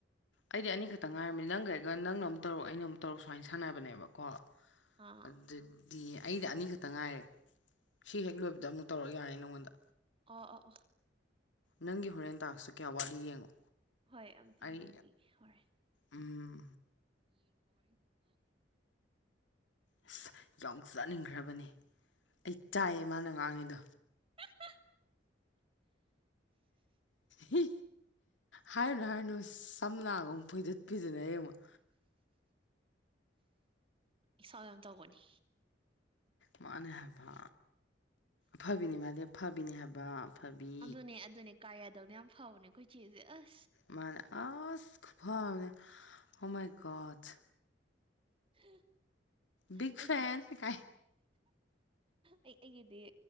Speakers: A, on the left; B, on the right.
A: ꯑꯩꯗꯤ ꯑꯅꯤ ꯈꯛꯇ ꯉꯥꯏꯔꯝꯅꯤ ꯅꯪꯒꯩꯒ ꯅꯪꯅ ꯑꯃꯨ ꯇꯧꯔꯨꯛ ꯑꯩꯅ ꯇꯧꯔꯨꯛ ꯁꯨꯃꯥꯏꯅ ꯁꯥꯟꯅꯕꯅꯦꯕꯀꯣ
B: ꯑꯥ
A: ꯑꯗꯨꯗꯤ ꯑꯩꯗꯤ ꯑꯅꯤ ꯈꯛꯇ ꯉꯥꯏꯔꯦ ꯁꯤ ꯍꯦꯛ ꯂꯣꯏꯕꯗ ꯑꯃꯨꯛ ꯇꯧꯔꯛ ꯌꯥꯔꯅꯤ ꯅꯪꯉꯣꯟꯗ
B: ꯑ ꯑ ꯑ
A: ꯅꯪꯒꯤ ꯍꯣꯔꯦꯟ ꯇꯥꯛꯁꯁꯦ ꯀꯌꯥ ꯋꯥꯠꯂꯤ ꯌꯦꯡꯉꯣ
B: ꯍꯣꯏ ꯑꯝꯇ
A: ꯑꯩ
B: ꯌꯦꯡꯈꯤꯒꯦ ꯍꯣꯔꯦꯟ
A: ꯎꯝ
B: ꯌꯦꯡꯉꯣ ꯍꯣꯔꯦꯟꯗꯣ ꯉꯥꯏꯍꯛ ꯂꯩꯔꯒꯥ
A: ꯑꯁ ꯌꯥꯝ ꯆꯥꯅꯤꯡꯈ꯭ꯔꯕꯅꯦ ꯑꯩ ꯆꯥꯏꯌꯦ ꯃꯥꯅ ꯉꯥꯡꯉꯤꯗꯣ
B: ꯑ ꯍꯥ
A: ꯍꯤ ꯍꯥꯏꯔꯨꯅꯨ ꯍꯥꯏꯔꯨꯅꯨ ꯁꯝꯅꯥꯒ ꯑꯃꯨꯛ ꯐꯣꯏꯗꯠ ꯄꯤꯗꯅ ꯍꯌꯦꯡꯃꯨꯛ
B: ꯏꯁꯥ ꯌꯥꯝ ꯇꯧꯕꯥꯅꯤ
A: ꯃꯥꯅꯦ ꯍꯥꯏꯕ ꯐꯕꯤꯅꯤ ꯃꯥꯗꯤ ꯐꯕꯤꯅꯤ ꯍꯥꯏꯕ ꯑꯐꯕꯤ
B: ꯑꯗꯨꯅꯦ ꯑꯗꯨꯅꯦ ꯀꯥ ꯌꯥꯗꯧꯅꯦ ꯌꯥꯝ ꯐꯥꯎꯕꯅꯦ ꯑꯩꯈꯣꯏꯆꯦꯁꯦ ꯑꯁ
A: ꯃꯥꯅꯦ ꯑꯁ ꯈꯨꯐꯥ ꯑꯃꯅꯦ ꯑꯣ ꯃꯥꯏ ꯒꯣꯗ
B: ꯍꯥ
A: ꯕꯤꯛ
B: ꯑꯩꯒꯤꯗꯤ
A: ꯐꯦꯟ ꯀꯥꯏ
B: ꯑꯩ ꯑꯩꯒꯤꯗꯤ